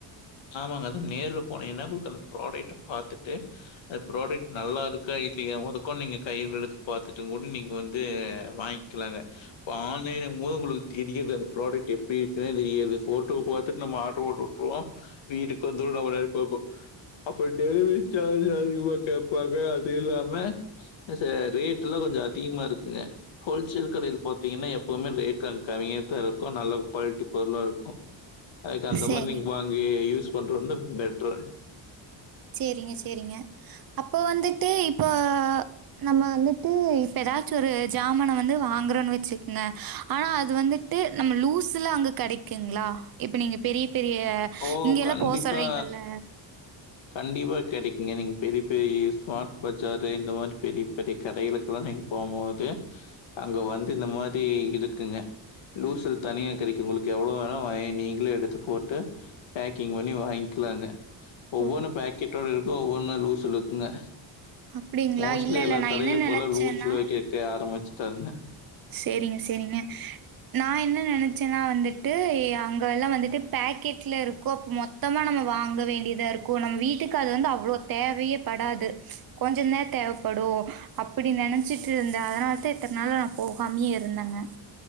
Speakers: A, on the left; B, on the right.
A: ஆமாங்க அது நேர்ல போனிங்கனா உங்ளுக்கது ப்ராடக்ட பாத்துட்டு அந்த ப்ராடக்ட் நல்லா இருக்கா இல்லையா ஒதக்கோ நீங்க கைலெடுத்து பாத்துட்டுங்கூட நீங்க வந்து வாங்க்லாங்க இப்போ ஆன்லைனுங் போது உங்களுக்கு தெரியாது அந்த ப்ராடெக்ட் எப்டி இருக்குன்னே தெரியாது ஃபோட்டோவ பாத்துட்டு நம்ம ஆட்ரு போட்டு விட்ருவோ வீட்டுக்கு வந்ருன் நம்ம நெனைப்போ அப்ப டெலிவரி சார்ஜ் அதிகமா கேப்பாங்க அது இல்லாம ச ரேட்ல்லா கொஞ்ச அதிகமா இருக்குங்க ஹோல்சேல் கடைல பாத்திங்கனா எப் பவுமே ரேட் அங் கம்மியாதா இருக்கு நல்ல குவாலிட்டி பொருளா இருக் கு அதுக்கு அந்த
B: சேரிங்
A: மாரி நீங்க அங்கயே யூஸ் பண்ற வந்து பெ ட்ரு
B: சேரிங்க சேரிங்க அப்ப வந்துட்டு இப்ப நம்ம வந்துட்டு இப் ப எதாச்சு ஒரு ஜாமான வந்து வாங்கறோன் வெச்சுக்கங்க ஆனா அது வந்துட்டு நம்ம லூசுல அங்க கெடைக்குங்ளா இப்ப நீங்க பெரிய பெரிய
A: ஓ!
B: இங்கெல்லா
A: கண்டிப்பா,
B: போ சொல்றிங்கல்ல
A: கண்டிப்பா கெடக்குங்க நீங்க பெரிய பெரிய ஸ்மார்ட் பஜாரு இந்த மாரி பெரிய் பெரிய கடைகளுக்குல்லா நீங் போமோது அங்க வந் து இந்த மாரி இருக்குங்க லூசுல தனியா கெடைக்கு உங்களுக்கு எவ்வளோ வேணா வாங்கி நீங்களே எடுத்து போட் டு பேக்கிங் பண்ணி வாங்கிக்லாங்க ஒவ்வொன்னு
B: ஓ!
A: பேக்கெட்டோ ஒவ்வொன்னு லூசுல இருக்குங்க
B: அப்படிங்களா?
A: மோஸ்ட்லி
B: இல்ல, இல்ல.
A: எல்லா
B: நான்
A: கடையிலு
B: என்ன நெனச்சேன்னா
A: போல லூஸ்ல கேக்க ஆரபிச்சி ட்ரங்க
B: சேரிங்க சேரிங்க நா என்ன நெனச்சேன்னா வந்துட் ட்டு ஏ அங்கெல்லா வந்துட்டு பேக்கெட்ல இருக்கோ மொத்தமா நம்ம வாங்க வேண்டியதா இருக்கு நம்ப வீட்டுக்கு அது வந்து அவ்ளோ தேவையேபடாது ச் கொஞ்சந்த தேவைப்படு அப்பிடி நெனச்சிட்டு இருந்தே அதனால தா இத்தன நாளா நா போகாமியே இருந்தாங்க